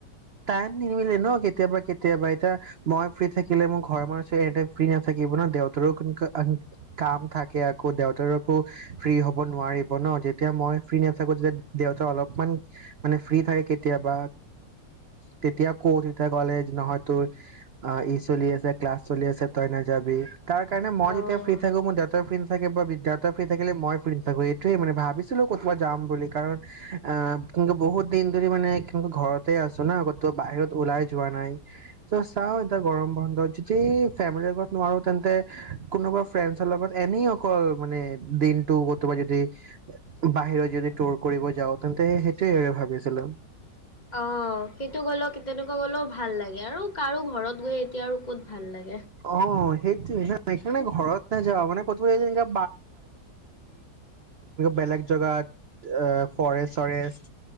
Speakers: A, on the right; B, on the left.
A: টাইম নিমিলে ন কেতিয়াবা কেতিয়াবা এতিয়া মই ফ্ৰী থাকিলে মোৰ ঘৰৰ মানুহ এনোই ফ্ৰী নাথাকিব ন দেউতৰো কোন কাম থাক আকৌ দেউতাৰ আকো ফ্ৰী হ'ব নোৱাৰিব ন যেতিয়া মই ফ্ৰী নাথাকো তেতিয়া দেউতাৰ অলপমান মানে ফ্ৰী থাকে কেতিয়াবা তেতিয়া কৌ কোদ ক'লে নহয় তোৰ চলি আছে ক্লাছ চলিছে তই নাযাবি তাৰ কাৰণে মই
B: অ'।
A: যেতিয়া ফ্ৰ্ৰী থাকো মোৰ দে ফ্ৰী নথাকে বা বিদ্যাৰ্থ ফ্ৰি থাকে মই ফ্ৰিৰি নাথাকো এইটোৱে মানে ভাবিছিলো ক'তবাত যাম বুলি কাৰণ অ কিন্তু বহুত দিন ধৰি মানে ঘৰতে আছো না কতো বাহিৰত ওলাই যোৱা নাই। ত' চাও এতিয়া গৰম বন্ধত যদি ফেমিলিৰ আগত নোৱাৰো তেন্তে কোনোবা ফ্ৰেণ্ডছৰ লগত এনেই অকল মানে দিনটো কৰতোবা যদি বাহিৰত যদি টুৰ কৰিব যাওঁ তেন্তে সেইটোয়ে আৰু ভাবিছিলো।
B: অ সেইটো গ'ল তেনেকুৱা গ'ল ভাল লাগে আৰু কাৰো ঘৰত গৈ এতিয়া আৰু ক'ত ভাল লাগে।
A: অ সেইটো সেই সেইকাৰণে ঘৰত <unintelligible> এনেকা বেলেগ জেগাত এ ফৰেষ্ট চৰেষ্ট